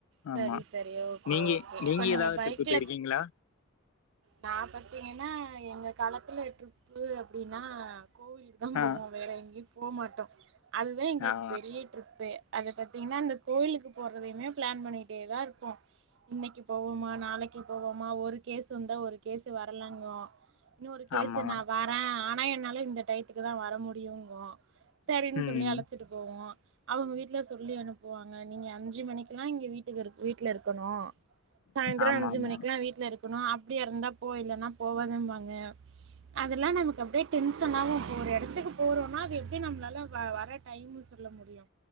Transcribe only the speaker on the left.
ஆமா
நீங்க
ஏதாவது
ட்ரிப்பு போயிருக்கீங்களா
ஆ
ஆ
ஆமா
ம்
ஆமா
ஆமா